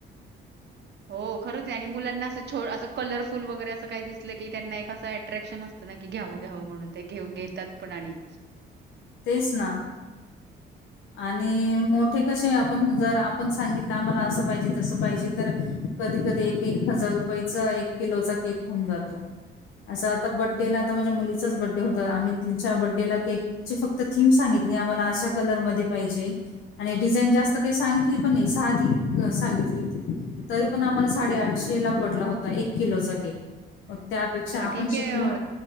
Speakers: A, on the right (about 60°); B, on the left (about 80°).
A: हो.. खरंच आहे आणि मुलांना असं छो असं कलरफुल वगैरे असं काही दिसलं की त्यांना एक असं अट्रॅक्शन असत घ्यावं.. घ्यावं म्हणून ते घेऊ घेतात पण आणि
B: तेच ना आणि मोठे कशे आपण जर आपण सांगितलं आम्हाला असं पाहिजे तसं पाहिजे तर कधी.. कधी.. एक- एक हजार रुपयाचा एक किलोचा केक होऊन जातो असं आता बड्डेला आता माझ्या मुलीचाच बड्डे होत आम्ही तिच्या बड्डेला केक ची फक्त थीम सांगितली आम्हाला अशा कलरमध्ये पाहिजे आणि डिझाईन जास्त काही सांगितली पण नाही साधी सांगितली होती तरी पण आम्हाला साडेआठशे ला पडला होता एक किलोचा केक मग त्यापेक्षा
A: अ,
B: आपण
A: ठीक
B: शिकल..
A: आहे अ,